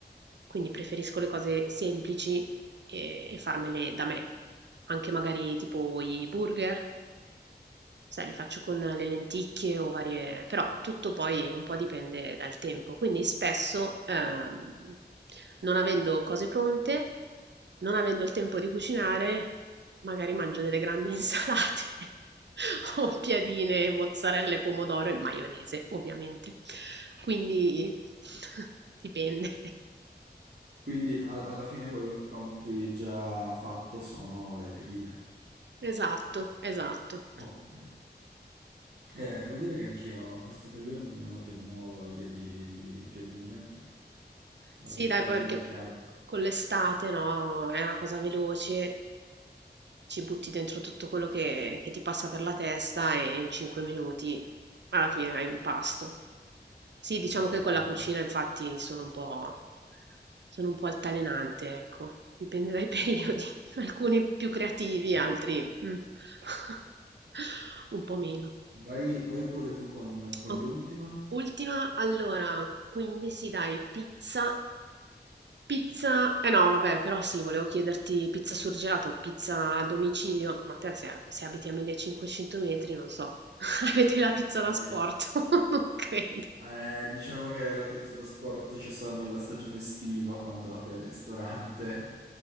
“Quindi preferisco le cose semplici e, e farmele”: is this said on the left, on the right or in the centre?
Right